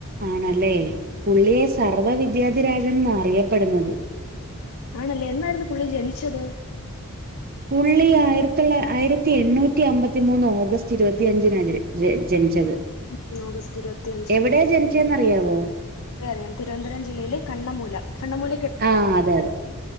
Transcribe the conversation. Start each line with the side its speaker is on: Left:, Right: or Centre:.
Right: ആണല്ലേ പുള്ളിയെ സർവ്വ വിദ്യാധിരാജൻ എന്ന അറിയപ്പെടുന്നത്
Left: ആണല്ലേ എന്നായിരുന്നു പുള്ളി ജനിച്ചത്
Right: പുള്ളി ആയിരത്തില് ആയിരത്തി എണ്ണൂറ്റി അമ്പത്തി മൂന്ന് ഓഗസ്റ്റ് ഇരുപത്തി അഞ്ചിനാണ് ജനിച്ചത്
Left: ഉം ഓഗസ്റ്റ് ഇരുപത്തിയഞ്ച്
Right: എവിടെയാ
Left: മറ്റെ
Right: ജനിച്ചേന്നറിയാവോ
Left: അറിയാം തിരുവനന്തപുരം ജില്ലയില് കണ്ണമൂല കണ്ണൂമൂല
Right: ആ അതെ അതെ